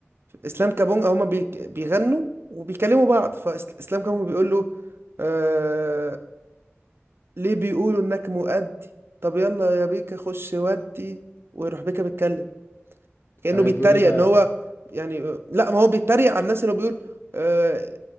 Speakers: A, on the right (about 55°); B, on the left (about 55°).
A: اسلام كابونجا هما بي... بيغنوا وبيكلموا بعض فاسلام كابونجا بيقول له آه... ليه بيقولوا انك مؤدي طب يلا يا بيكا خش ودي ويروح بيكا متكلم كأنه
B: آه
A: بيتريق
B: بيقول ايه بقى
A: ان هو يعني لا ما هو بيتريق على الناس اللي هو بيقول آه...